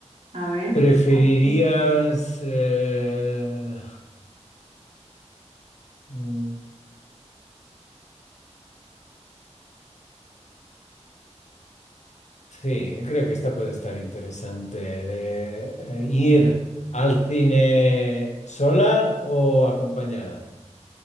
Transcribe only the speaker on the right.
A ver.
¿cuál te toca?